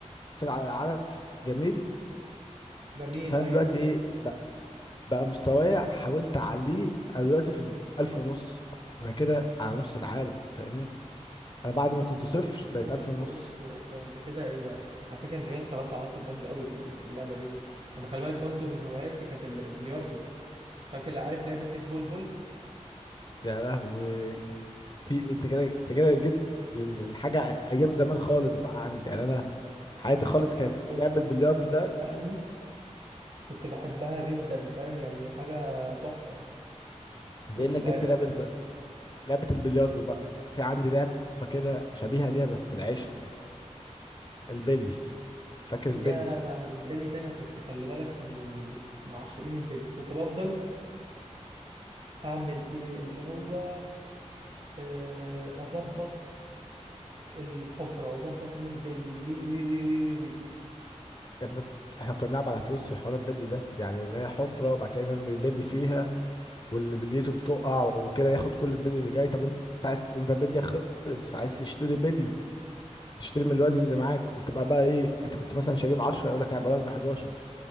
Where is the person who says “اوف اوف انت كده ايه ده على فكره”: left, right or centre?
Right